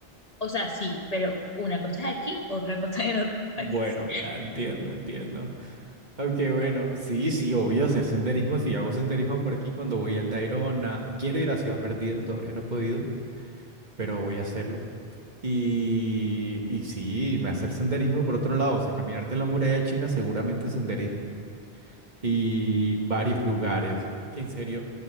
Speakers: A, on the left; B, on the right.
A: O sea, sí, pero una cosa es aquí, otra cosa en otro
B: Bueno,
A: país.
B: ya entiendo, entiendo. Aunque bueno, sí, sí, obvio hacer senderismo. Si hago senderismo por aquí cuando voy al Tayrona. Quiero ir a Ciudad Perdida, todavía no he podido, pero voy a hacerlo. Y, y sí, me hacer senderismo por otro lado, o sea, caminarte la muralla china, seguramente senderismo. y varios lugares. Es que en serio,